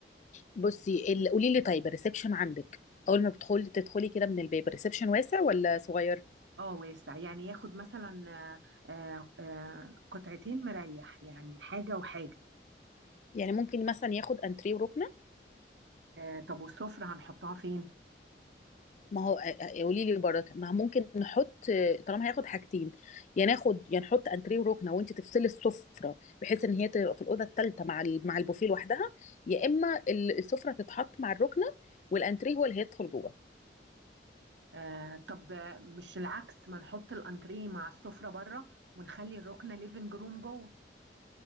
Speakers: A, on the left; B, on the right.
A: بصي ال- قولي لي طيب الريسبشن عندك اول ما بتدخلي تدخلي كده من الباب الريسبشن واسع ولا صغير
B: اه واسع يعني ياخد مثلا آه، آه، آه، قطعتين مريح يعني حاجه وحاجه
A: يعني ممكن مثلا ياخد انتريه وركنه
B: آه، طب والسفره هنحطها فين
A: ما هو قولي لي برضه ما ممكن نحط طالما هياخد حاجتين يا ناخد يا نحط انتريه وركنه وانت تفصلي السفره بحيث ان هي تبقى في الاوضه الثالثه مع ال- مع البوفيه لوحدها يا اما ال- السفره تتحط مع الركنه والانتريه هو اللي هيدخل جوه
B: آه، طب آه، مش العكس ما نحط الانتريه مع السفره بره ونخلي الركنه ليفنج روم جوه